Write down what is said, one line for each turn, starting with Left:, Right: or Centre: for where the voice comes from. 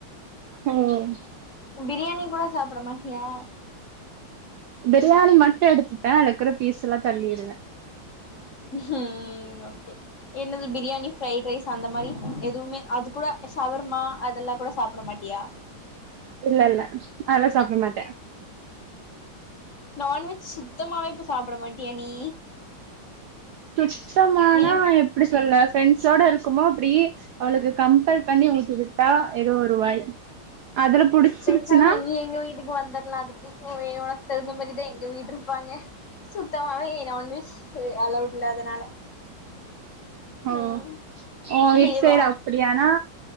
Right: ம்
Left: பிரியாணி கூட சாப்பிட மாட்டியா
Right: பிரியாணி மட்டும் எடுத்துட்டேன் அது இருக்கிற பீஸ் எல்லாம் தள்ளிருவேன்
Left: ம் ஹ்ம்ம் ஓகே என்னது பிரியாணி ஃப்ரைட் ரைஸ் அந்த மாரி எதுவுமே அது கூட ஷவர்மா அதெல்லாம் கூட சாப்புட மாட்டியா
Right: இல்ல இல்ல ம் அத சாப்ட மாட்ட
Left: நான்வெஜ் சுத்தமாவே இப்ப சாப்பிட மாட்டிய நீ
Right: சுத்தமானா
Left: நீ
Right: எப்படி சொல்ல ஃப்ரெண்ட்ஸோட இருக்குமோ அப்படி அவளுக்கு கம்பல் பண்ணி ஊட்டிவிட்டா ஏதோ ஒரு வாய் அதுல புடிச்சிருச்சுன்னா
Left: பேசாம நீ எங்க வீட்டுக்கு வந்த லாம் அதுக்கு ஓ உனக்கு தகுந்த மாரிதான் எங்க வீடு இருப்பாங்க சுத்தமாவே நான்வெஜ் ஆ அளவுடல்ல அதனால
Right: ஓ
Left: ம்
Right: ஓ <unintelligible>
Left: ஏ வா
Right: அப்படியானா